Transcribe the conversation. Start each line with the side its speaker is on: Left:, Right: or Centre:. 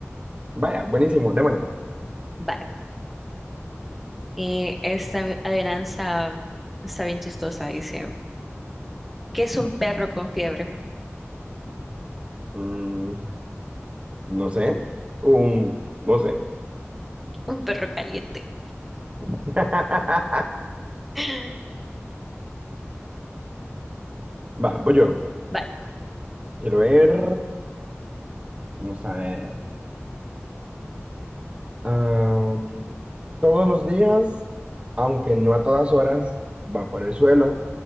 Right: Vaya, buenísimo, démosle.
Centre: Vale. Y esta adivinanza está bien chistosa. Dice, ¿qué es un perro con fiebre?
Right: Mm, no sé, un, no sé.
Centre: <laughs> Un perro caliente.
Right: <laughs>
Centre: <laughs>
Right: Va, voy yo.
Centre: Vale,
Right: Quiero ver, vamos a ver. Am, todos los días, aunque no a todas horas, va por el suelo,